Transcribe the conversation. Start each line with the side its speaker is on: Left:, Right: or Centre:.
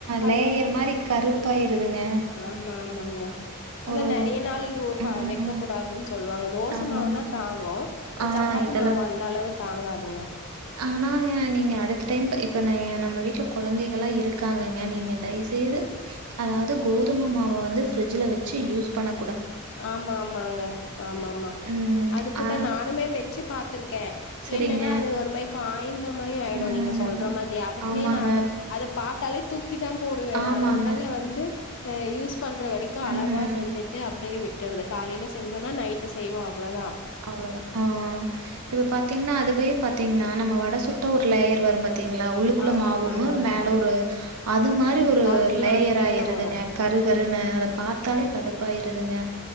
Right: லேயர்
Left: அது
Right: மாரி கருப்பாயிருதுங்க.
Left: ஆமா ஆமாங்க அது
Right: ஒரு
Left: நிறைய நாள்
Right: ம்.
Left: வைக்க கூடாதுன்னு சொல்லுவாங்க தோசை
Right: ஆமாங்க.
Left: மாவுனா தாங்கும்
Right: ஆ
Left: சப்பாத்தி
Right: இதெல்லாம்
Left: மாவு வந்த அளவு தாங்காதுங்க
Right: ஆனாங்க நீங்க அடுத்த டைம் இப்ப ந நம்ம வீட்டுல குழந்தைகளா இருக்காங்கங்க நீங்க தயவு செய்து அதாவது
Left: ம்.
Right: கோதுமை மாவ வந்து பிரிட்ஜ்ல வச்சு யூஸ் பண்ண
Left: ஆமா ஆமாங்க ஆமா ஆமா
Right: ம்.
Left: அதுக்குதான்
Right: ஆ
Left: நானுமே வச்சு பா
Right: சரிங்க.
Left: என்னன்னா அது ஒரு மாதிரி காய்ந்த ஆயிடும்
Right: ம்.
Left: நீங்க சொல்ற மாதிரி அதுக்குனே
Right: ஆமாங்க,
Left: நான் அதை பார்த்து தலை தூக் தூக்கி தான் போடுவேன்
Right: ஆமாங்க.
Left: அதனால வந்து யூஸ் பண்ற வரைக்கும்
Right: ம்.
Left: அளவா செஞ்சுட்டு அப் அப்படியே விட்டுறது காலையில செஞ்சோனா நைட் ட்டு செய்வம் அவ்வளோதான்
Right: அவ்வளவுதா ஆஹ் இப்ப பாத்தீங்கன்னா அதுவே ப பாத்தீங்கன்னா நம்ம வட சுட்ட ஒரு லேயர் வரும் பாத்தீங்களா உள்ளுக்குள்ள
Left: ஆமா
Right: மாவும
Left: ஆமாங்க
Right: மேல ஒரு அது மாதிரி ஒரு
Left: அது
Right: லேயர்
Left: மாதிரிதா
Right: ஆயிருதுங்க
Left: வரு
Right: கரு கருன்னு அத பார்த்தாலே கடுப்பாயிருதுங்க